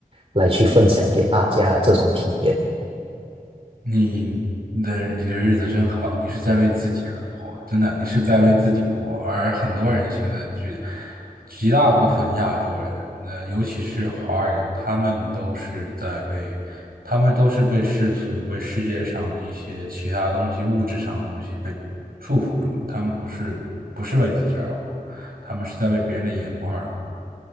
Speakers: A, on the right (about 40°); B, on the right (about 75°).
A: 来去分享给大家这种体验。
B: 你的你的日子真好，你是在为自己而活，真的，你是在为自己活。而很多人现在绝极大部分亚洲人，那尤其是华人，他们都是在为，他们都是被世俗、被世界上的一些其他东西、物质上的东西被束缚住了。他们不是不是为自己而活，他们是在为别人的眼光而活。